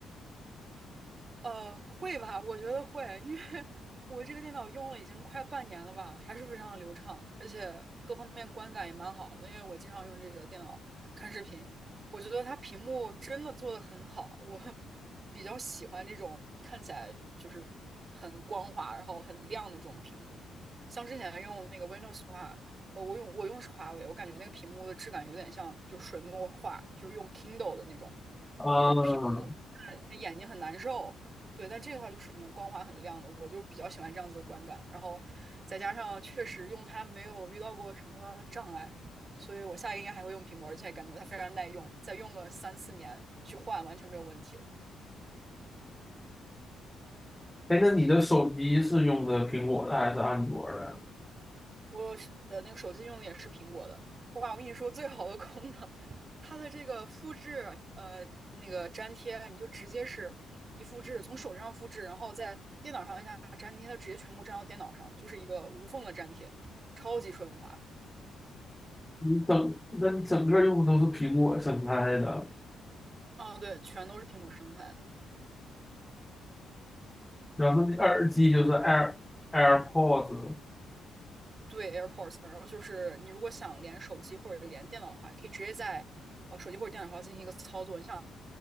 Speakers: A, on the right; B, in the centre.
A: 呃，会吧？我觉得会，因为 <laughs> 我这个电脑用了已经快半年了吧，还是非常的流畅，而且各方面观感也蛮好的。因为我经常用这个电脑看视频，我觉得它屏幕真的做的很好，我 <laughs> 比较喜欢这种看起来就是很光滑，然后很亮的这种屏幕。像之前用那个 Windows 的话，呃，我用我用是华为，我感觉那个屏幕的质感有点像就是水墨画，就是用 Kindle 的那种
B: 吗？啊，
A: 那种屏幕。眼睛很难受。对，但这个话就是那种光滑很亮的，我就比较喜欢这样子的观感。然后再加上确实用它没有遇到过什么障碍，所以我下一个应该还会用苹果，而且感觉它非常耐用，再用个三四年去换完全没有问题的。
B: 哎，那你的手机是用的苹果的还是安卓的？
A: 我是呃那个手机用的也是苹果的，哇！我跟你说，最好的功能，它的这个复制，呃，那个粘贴，你就直接是一复制，从手机上复制，然后在电脑上按下粘贴，它直接全部粘到电脑上，就是一个无缝的粘贴，超级顺滑。
B: 你整，那你整个用的都是苹果生态的，
A: 哦，对，全都是苹果生态的
B: 然后你耳机就是 Air AirPods，
A: 对 AirPods，然后就是你如果想连手机或者连电脑的话，你可以直接在呃手机或者电脑上进行一个操作。你想